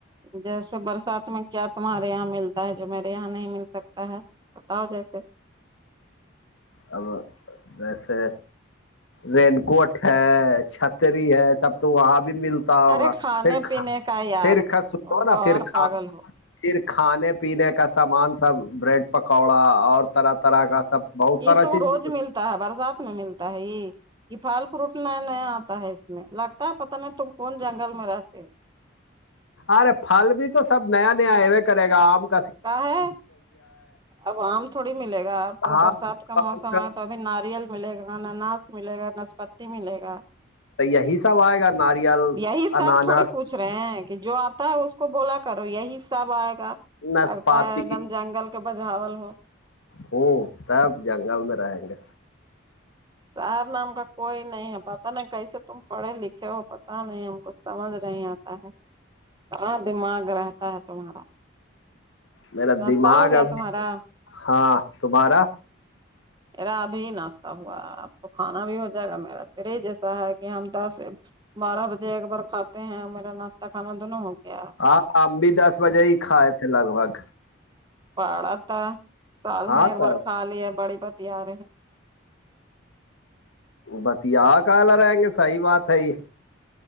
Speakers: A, on the right (about 20°); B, on the left (about 75°).
A: جیسے برسات میں کیا تمہارے یہاں ملتا ہے جو میرے یہاں نہیں مل سکتا ہے بتاؤ جیسے
B: ہم جیسے رین کوٹ ہے چھتری ہے سب تو وہاں بھی ملتا ہوگا
A: ارے کھانے
B: پھر کھ
A: پینے کا یار
B: پھر
A: تم
B: ک سو نا
A: تو
B: پھر
A: اور
B: کھا
A: پاگل ہو
B: پھر کھانے پینے کا سامان سب بریڈ پکوڑا اور طرح طرح کا سب بہت
A: یہ
B: سارا
A: تو
B: چیز
A: روز ملتا ہے برسات میں ملتا ہے یہ یہ پھل فروٹ نیا نیا آتا ہے اس میں لگتا ہے پت نہیں تم کون جنگل میں رہتے
B: ارے پھل بھی تو سب نیا نیا ایوے کرے گا آم کو
A: کا ہے اب آم تھوڑی ملے گا اب تو
B: ہاں
A: برسات کا
B: آم
A: موسم آئے تو اب ا ناریل ملے گا ن نس ملے گا ناسپتی ملے گا
B: یہی سب آئے گا ناریل
A: یہی سب
B: انانس
A: تھوڑی پوچھ رہے ہیں کہ جو آتا ہے اس کو بولا کرو یہی سب آئے گا لگتا
B: نسپاتی
A: ہے ایک دم جنگل کے بجھال ہو
B: ہوں تب جنگل میں رہیں گے
A: سار نام کا کوئی نہیں ہے پتا نہیں کیسے تم پڑھے لکھے ہو پتا نہیں ہم کچھ سمجھ نہیں آتا ہے اور دماغ رہتا ہے تمہارا
B: میرا
A: ناشتہ
B: دماغ
A: ہو گیا
B: ابھی
A: تمہارا
B: ہاں تمہارا
A: میرا ابھی ناشتہ ہوا اب تو کھانا بھی ہو جائے گا میرا ترے ہی جیسا ہے کہ ہم توس بارہ بجے ایک بار کھاتے ہیں میرا ناشتہ کھانا دونوں ہو گیا ہے
B: ہاں ش بھی دس بجے ہی کھائے تھے لگ بھگ
A: پاڑا تھا سال
B: ہاں
A: میں ایک
B: تب
A: بار کھا لی ہے بڑی پتی آر ہے
B: بتیا کہالر آئیں گے صحیح بات ہے یہ